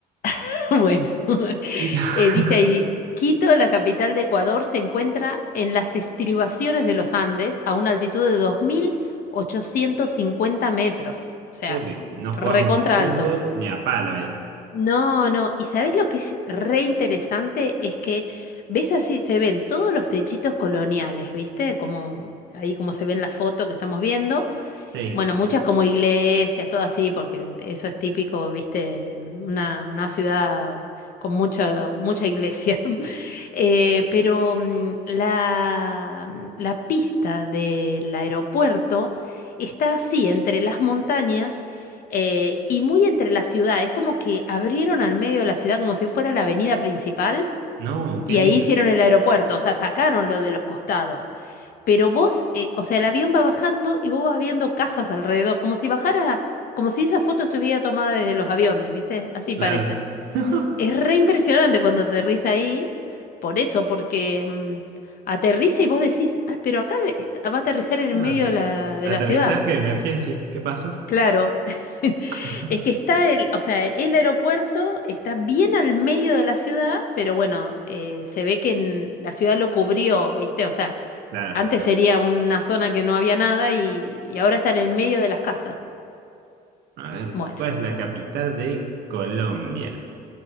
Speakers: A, on the left (about 60°); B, on the right (about 80°).
A: <laughs> bueno. <laughs>
B: Quito. <laughs>
A: Eh, dice ahí, Quito, la capital de Ecuador, se encuentra en las estribaciones de los Andes a una altitud de dos mil ochocientos cincuenta metros. O sea,
B: Uy, no
A: recontra
B: jugás un fútbol
A: alto.
B: ni a palo ahí.
A: No, no. ¿Y sabés lo que es re interesante? Es que ves así, se ven todos los techitos coloniales, ¿viste? Como ahí como se ve en la foto que estamos viendo.
B: Sí.
A: Bueno, muchas como iglesias, todo así, porque eso es típico, viste, una, una ciudad con mucha, mucha iglesia. <laughs> Eh, pero mm, la, la pista del aeropuerto está así, entre las montañas eh, y muy entre la ciudad. Es como que abrieron al medio de la ciudad como si fuera la avenida principal
B: No,
A: y
B: qué lindo.
A: ahí hicieron el aeropuerto, o sea, sacaron lo de los costados. Pero vos, eh, o sea, el avión va bajando y vos vas viendo casas alrededor, como si bajara, como si esa foto estuviera tomada desde los aviones, ¿viste? Así parece.
B: Claro. <laughs>
A: Es re impresionante cuando aterriza ahí, por eso, porque mm, aterriza y vos decís, ah, pero acá de- est- va a aterrizar en
B: Claro.
A: el medio de la, de
B: Aterrizaje
A: la ciudad.
B: de emergencia. ¿Qué pasó?
A: Claro, <laughs>
B: <laughs>
A: es que está el, o sea, el aeropuerto está bien al medio de la ciudad, pero bueno, eh, se ve que en- la ciudad lo cubrió, ¿viste? O sea,
B: Claro.
A: antes sería una zona que no había nada y, y ahora está en el medio de las casas.
B: A ver,
A: Bueno,
B: ¿cuál es la capital de Colombia?